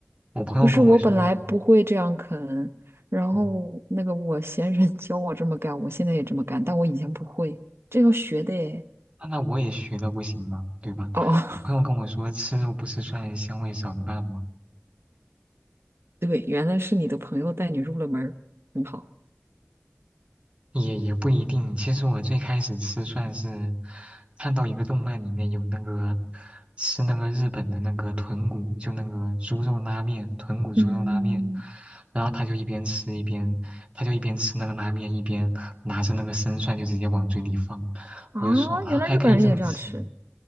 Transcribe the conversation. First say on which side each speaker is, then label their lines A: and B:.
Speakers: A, on the right; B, on the right.
A: 我朋友跟我说那个。
B: 不是，我本来不会这样啃，然后那个我先生
A: 嗯
B: <laughs> 教我这么干，我现在也这么干，但我以前不会，这要学的诶。
A: 那那我也学的不行吗？对吧？
B: 哦，<laughs>
A: 我朋友跟我说，吃肉不吃蒜，香味少一半嘛，
B: 对，原来是你的朋友带你入了门儿，很好。
A: 也也不一定。其实我最开始吃蒜是看到一个动漫里面有那个吃那个日本的那个豚骨，就那个猪肉拉面，豚骨猪肉拉面，
B: 嗯，
A: 然后他就一边吃一边，他就一边吃那个拉面，一边拿着那个生蒜就直接往嘴里放，
B: 啊，
A: 我就说啊，
B: 原来日本人也这样吃
A: 还可以这么吃，